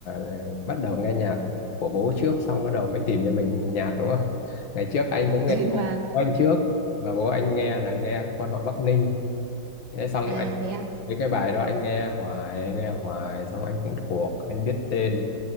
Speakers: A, on the left; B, on the right.
A: ờ, bắt đầu nghe nhạc của bố trước xong bắt đầu mới tìm cho mình nhạc đúng không ngày trước anh cũng nghe nhạc
B: vâng
A: của anh trước mà bố anh nghe là nghe quan họ Bắc Ninh Thế xong
B: à thế ạ
A: Mấy cái bài đó anh nghe hoài, anh nghe hoài, xong anh cũng thuộc, anh biết tên.